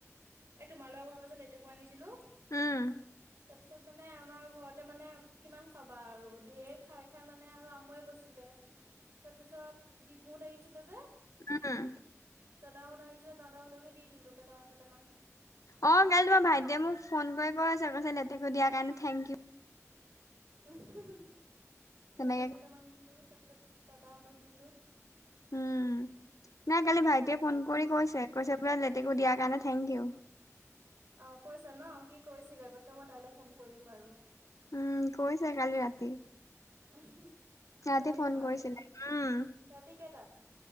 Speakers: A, on the right; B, on the left.
A: এ তোমাৰ লোকৰ ঘৰৰ পৰা যে লেটেকো আনিছিলো।
B: উম।
A: তাৰ পিছত মানে আমাৰ ঘৰতে মানে কিমান খাবা আৰু ধেৰ খাই খাই মানে আৰু আমুৱাই গৈছিলে। তাৰপিছত দিপুহঁত আহিছিলে যে।
B: উম।
A: দাদাহঁত আহিছে দাদাহঁতকে দি দিলোঁ কেইটামান কেইটামান।
B: অ', কালি তোমাৰ ভাইটিয়ে মোক ফোন কৰি কৈছে। কৈছে লেটেকো দিয়াৰ কাৰণে থেংক ইউ।
A: সিহঁতক
B: তেনেকে
A: কেইটামান দিলোঁ তাৰ পিছত দাদাহঁতক দিলোঁ।
B: উম, নাই কালি ভাইটিয়ে
A: পিছত
B: ফোন কৰি কৈছে। কৈছে বোলে লে টেকো দিয়া কাৰণে থেংক ইউ।
A: অ', কৈছা ন? সি কৈছিলে কৈছে মই তাইলে ফোন কৰিম বাৰু।
B: উম, কৈছে কালি ৰাতি।
A: <inaudible>
B: ৰাতি
A: কৰিলে
B: ফোন
A: মানে
B: কৰিছিলে। উম,
A: ৰাতি কেইটাত?